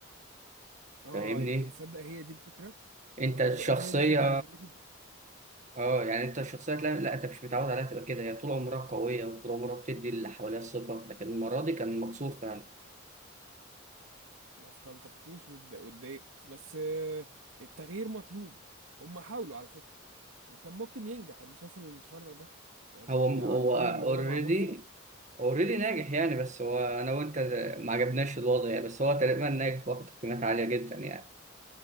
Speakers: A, on the right; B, on the right.
A: اه
B: فاهمني
A: يمكن تصدق هي دي الفكره ما
B: انت
A: برضو
B: الشخصيه
A: اه هي دي الفكره اللي خلتني
B: اه يعني انت الشخصية لا, لا انت مش متعود عليها تبقى كده هي طول عمرها قوية وطول عمرها بتدي اللي حواليها الثقة لكن المرة دي كان مكسور فعلا
A: ما استلطفتوش واتض- واتضايقت بس آه، التغيير مطلوب هم حاولوا على فكرة وكان ممكن ينجح المسلسل المتفرع ده يعني
B: هو هو
A: على المجهود
B: اوريدي
A: اللي هو معمول فيه
B: اوريدي ناجح يعني بس هو انا وانت ما عجبناش الوضع يعني بس هو تقريبا ناجح واخد قيمات عالية جدا يعني